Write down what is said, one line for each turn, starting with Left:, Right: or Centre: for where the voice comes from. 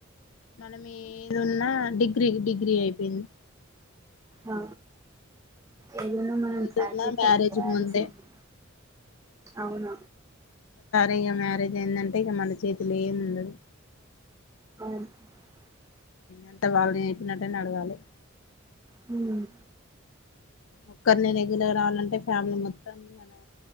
Left: మనమేదున్న ఉన్నా డిగ్రీ డిగ్రీ అయిపోయింది
Right: ఆ ఏదున్న మనం
Left: ఏదున్నా
Right: సాక్రిఫైజ్
Left: మ్యారేజ్
Right: చేయాల్సిందే
Left: ముందే
Right: అవున
Left: ఇగ మ్యారేజ్ అయిందంటే ఇగ మన చేతుల్ల ఏముండదు
Right: <inaudible>
Left: అంతా వాళ్లు చేసినట్టే నడవాలె
Right: హ్మ్
Left: ఒక్కరి నేనేగులర్ రావాలంటే ఫ్యామిలీ మొత్తం మనం